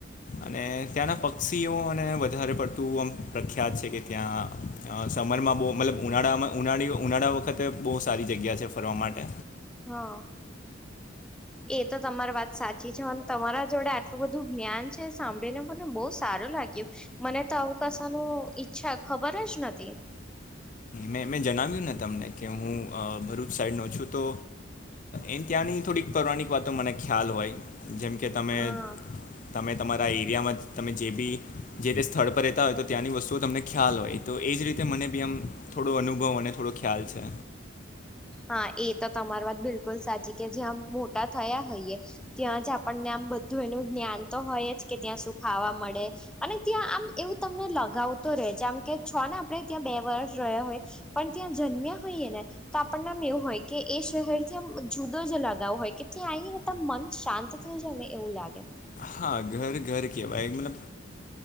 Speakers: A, on the left; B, in the centre.
A: અને ત્યાંના પક્ષીઓને વધારે પડતું આમ પ્રખ્યાત છે કે ત્યાં સમરમાં બહુ મતલબ ઉનાળામાં ઉનાળી ઉનાળા વખતે બહુ સારી જગ્યા છે, ફરવા માટે
B: હા એ તો તમારી વાત સાચી છે, અને તમારા જોડે આટલું બધું જ્ઞાન છે સાંભળીને મને બહુ સારું લાગ્યું મને તો અુંકાશાનું ઈચ્છા ખબર જ નથી.
A: મેં મેં જણાવ્યું ને તમને કે હું ભરૂચ સાઈડનો છું તો, એ ત્યાંની થોડી પૌરાણિક વાતો મનેઅ ખ્યાલ હોય જેમ કે તમે
B: હા
A: તમે તમારા એરિયામાં તમે જે બી જે તે સ્થળ પર રહેતા હોય તો ત્યાંની વસ્તુઓ તમને ખ્યાલ હોય, તો એ જ રીતે મને બી આમ થોડો અનુભવ અને થોડો ખ્યાલ છે.
B: હા, એ તો તમારી વાત બિલકુલ સાચી કે જ્યાં મોટા થયા હોઈએ. ત્યાં જ આપણને આમ બધું એનું જ્ઞાન તો હોય જ કે ત્યાં શું ખાવા મળે. અને ત્યાં આમ એવું તમને લગાવતો રહેે છે, આમ કે છો ને આપણે ત્યાં બે વર્ષ રહ્યા હોય. પણ ત્યાં જન્મ્યા હોઈએ ને તો આપણનેમ એવું હોય કે એ શહેર થી આમ જુદો જ લગઓ હોય, કે ત્યાં મન શાંત થઈ જાય ને એવું લાગે
A: હા ઘર ઘર કેવાય મતલબ